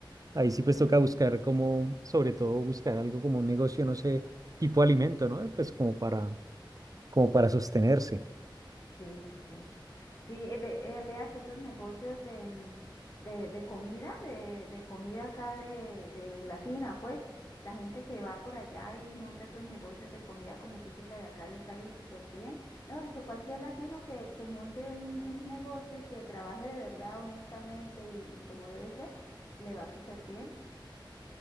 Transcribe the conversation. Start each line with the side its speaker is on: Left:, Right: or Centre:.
Right: Ahí sí pues toca buscar como, sobre todo buscar algo como un negocio, no sé, tipo alimento, ¿no? Pues como para, como para sostenerse.
Left: Sí, sí. Sí, eh, ve- eh, vea que estos negocios en- de, de comida, de, de comida acá de, de Latina, pues, la gente que va por allá y monta esos negocios de comida como típica de acá les ha ido súper bien. Mejor dicho, cualquier latino que, que monte un, un negocio y que trabaje de verdad, honestamente y, y como debe ser, le va súper bien.